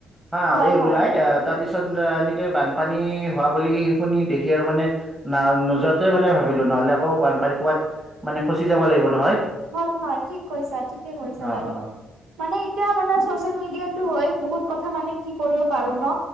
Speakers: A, on the right; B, on the right.
A: হা
B: হয়
A: এই
B: হয়
A: ওলাই আহ তাৰ পিছত এনেকে বানপানী হোৱা বুলি শুনি দেখি আৰু মানে না নোযোৱা তোৱে মানে ভাবিলো নহলে আকৌ বানপানী ক'বাত মানে ফচি যাব লাগিব নহয়
B: হয় হয় ঠিক কৈছা ঠিকে কৰিছা
A: অ
B: বাৰু
A: অ
B: মানে এতিয়া মানে চচিয়েল মিডিয়াতো হৈ বহুত কথা মানে কি কৰিব পাৰো ন